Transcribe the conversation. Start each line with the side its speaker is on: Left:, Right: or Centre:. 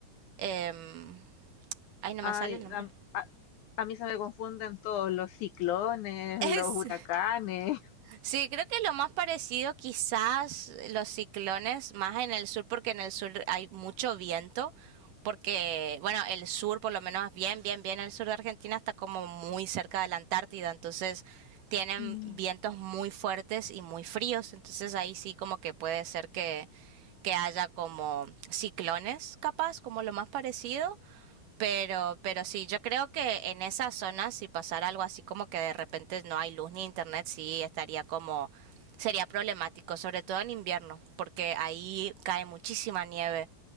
Right: Em, ay, no
Left: Ay,
Right: me sale el nombre.
Left: a, a- a mí se me confunden todos los ciclones,
Right: <laughs> Es,
Left: los huracanes.
Right: Sí, creo que lo más parecido quizás los ciclones, más en el sur, porque en el sur hay mucho viento, porque, bueno, el sur, por lo menos bien, bien, bien, el sur de Argentina está como muy cerca de la Antártida, entonces tienen
Left: Mm.
Right: vientos muy fuertes y muy fríos, entonces ahí sí como que puede ser que, que haya como ciclones, capaz, como lo más parecido, pero, pero sí, yo creo que en esa zona, si pasara algo así como que de repente no hay luz ni internet, sí estaría como, sería problemático, sobre todo en invierno, porque ahí cae muchísima nieve.